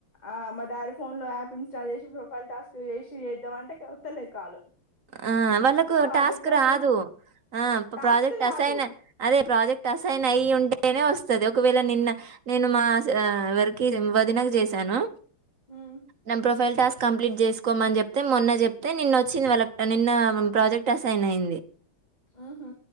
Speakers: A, on the left (about 20°); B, on the right (about 50°).
A: ఆ మా డాడీ ఫోన్ లో యాప్ ఇన్స్టాల్ చేసి ప్రొఫైల్ టాస్క్ చేసి చేద్దాం అంటే వత్తలే కాలు
B: ఆ వాళ్ళకు
A: అంటే ప్రాజెక్ట్
B: టాస్కు
A: అసై
B: రాదు ఆ
A: టాస్క్
B: ప్రాజెక్ట్
A: కాదు
B: అసాయిన్ అదే ప్రాజె క్ట్ అసైన్ అయి ఉంటేనే వస్తది ఒకవేళ నిన్న నేను మా ఎవరికి వదినకు చేసా ను
A: ఉమ్
B: నా ప్రొఫైల్ టాస్క్ కంప్లీట్ చేసుకోమని చెప్తే మొన్న చెప్తే నిన్న వచ్చింది వాళ్ళ నిన్న మ్ ప్రాజెక్ట్ అసైన్ అయింది
A: ఉహు